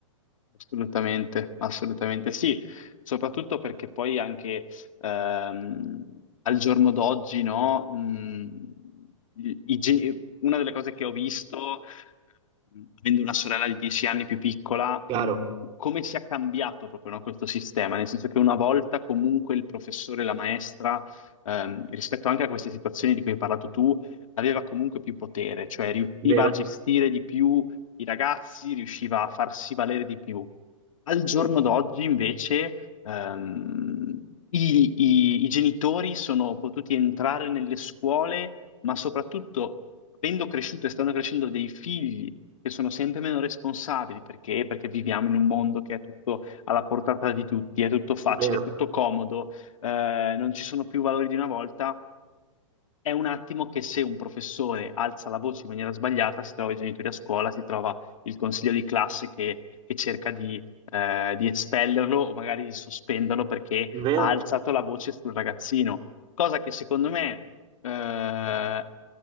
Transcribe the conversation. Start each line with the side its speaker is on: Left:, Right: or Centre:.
Left: Assolutamente, assolutamente sì, soprattutto perché poi anche ehm, al giorno d'oggi, no, mh, i- i ge- una delle cose che ho visto, mh, avendo una sorella di 10 anni più piccola,
Right: Chiaro?
Left: mh, come si è cambiato proprio, no, questo sistema, nel senso che una volta comunque il professore, la maestra, ehm, rispetto anche a queste situazioni di cui hai parlato tu, aveva comunque più potere, cioè riusciva
Right: Vero?
Left: a gestire di più i ragazzi, riusciva a farsi valere di più. Al giorno
Right: Sì,
Left: d'oggi, invece, ehm, i, i- i genitori sono potuti entrare nelle scuole, ma soprattutto, avendo cresciuto e stanno crescendo dei figli che sono sempre meno responsabili, perché? Perché viviamo in un mondo che è tutto alla portata di tutti, è tutto facile,
Right: vero,
Left: è tutto comodo, eh, non ci sono più valori di una volta. È un attimo che se un professore alza la voce in maniera sbagliata, si trova i genitori a scuola, si trova il consiglio di classe che, che cerca di, eh, di espellerlo o magari di sospenderlo perché
Right: vero?
Left: ha alzato la voce sul ragazzino. Cosa che secondo me, eh,